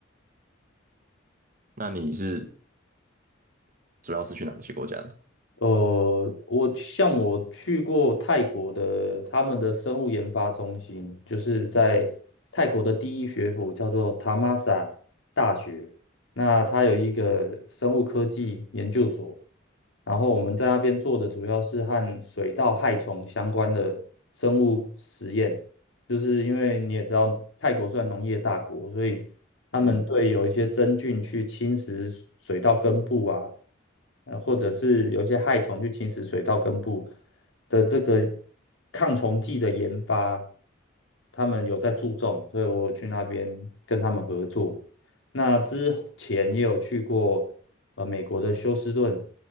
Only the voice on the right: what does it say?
<laughs> 那你是主要是去哪些国家呢？
嗯，